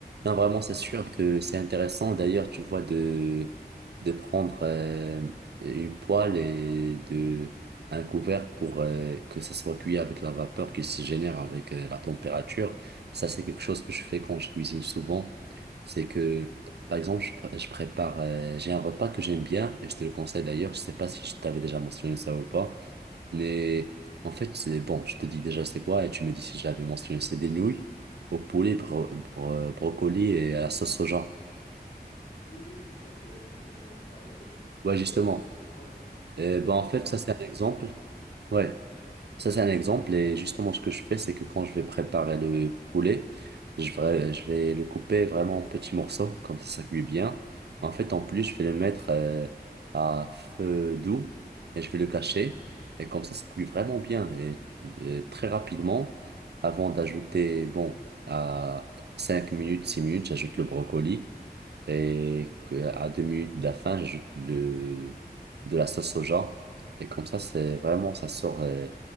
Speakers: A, on the right (about 80°); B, on the left (about 75°).
A: non, vraiment, c'est sûr que c'est intéressant. D'ailleurs, tu vois, de, de prendre euh, une poêle et de, un couvert pour euh, que ça soit cuit avec la vapeur qui se génère avec euh, la température. Ça, c'est quelque chose que je fais quand je cuisine souvent. C'est que, par exemple, je, pr- je prépare, euh, j'ai un repas que j'aime bien et je te le conseille d'ailleurs. Je sais pas si je t'avais déjà mentionné ça ou pas. Mais en fait, c'est bon, je te dis déjà c'est quoi et tu me dis si je l'avais mentionné, c'est des nouilles au poulet, bro- bro- euh, brocoli et à la sauce soja.
B: Oui, oui, je pense que je pense qu'on en avait parlé de,
A: Ouais, justement.
B: de, de ce repas. Ouais, ça, ça,
A: Et
B: ça
A: ben
B: a l'air
A: en fait,
B: ça a l'air
A: ça
B: délicieux.
A: c'est un exemple. Ouais. Ça, c'est un exemple. Et justement, ce que je fais, c'est que quand je vais préparer le poulet, je vais, je vais le couper vraiment en petits morceaux, comme ça, ça cuit bien. En fait, en plus, je vais le mettre euh, à feu doux et je vais le cacher. Et comme ça, ça cuit vraiment bien et, et très rapidement. Avant d'ajouter, bon, à 5 minutes, 6 minutes, j'ajoute le brocoli et que- à deux minutes de la fin, j'ajoute le, de la sauce soja. Et comme ça, c'est vraiment, ça sort. euh,